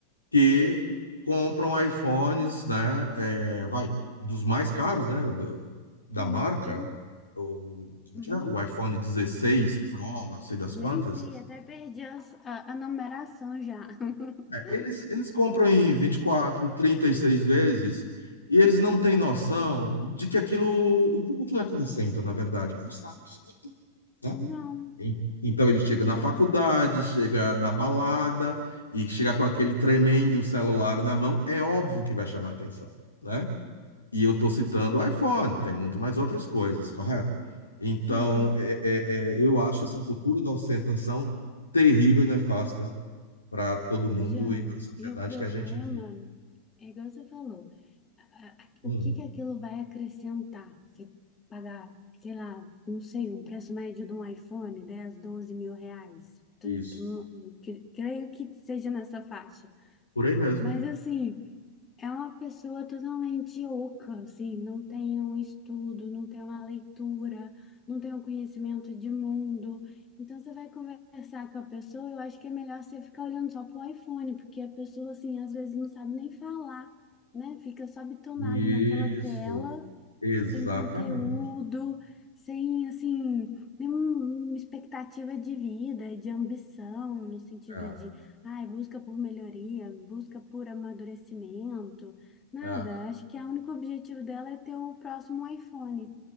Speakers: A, on the left; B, on the left.
A: que compram iPhones, né? é, vai, dos mais caros, né? do- da
B: Sim.
A: marca, o, como
B: Uhum.
A: é que é? O iPhone 16 Pro, não sei das
B: Nem
A: quantas,
B: sei, até perdi as- a, a numeração já. <laughs>
A: É, Eles, eles compram em vinte e quatro trinta e seis vezes e eles não têm noção de que aquilo, o que aquilo acrescenta, na verdade, pro status, né?
B: Não,
A: E- Então ele chega
B: nada.
A: na faculdade, chega na balada e chega com aquele tremendo celular na mão, é óbvio que vai chamar atenção, né? E eu estou citando o iPhone, tem muito mais outras coisas, correto? Então,
B: Sim,
A: é- é- é, eu acho essa cultura da ostentação terrível e nefasta para todo mundo
B: ô, Jean,
A: e para a sociedade
B: e o problema
A: que a gente vive.
B: é igual você falou, a- a- a-
A: Hum,
B: o que que aquilo vai acrescentar? Você pagar, sei lá, não sei, um preço médio de um iPhone, 10 12 mil reais. Tu-
A: isso.
B: tu- que- Creio que seja nessa faixa.
A: Por aí mesmo.
B: Mas assim, é uma pessoa totalmente oca, assim, não tem um estudo, não tem uma leitura, não tem um conhecimento de mundo. Então você vai conversar com a pessoa, eu acho que é melhor você ficar olhando só pro iPhone, porque a pessoa assim, às vezes não sabe nem falar, né? Fica só bitonada
A: Isso.
B: naquela tela
A: Exatamente.
B: sem conteúdo, sem, assim, nenhuma expectativa de vida, de ambição, no sentido
A: É,
B: de, ai, busca por melhoria, busca por amadurecimento, nada.
A: é.
B: Acho que o único objetivo dela é ter o próximo iPhone.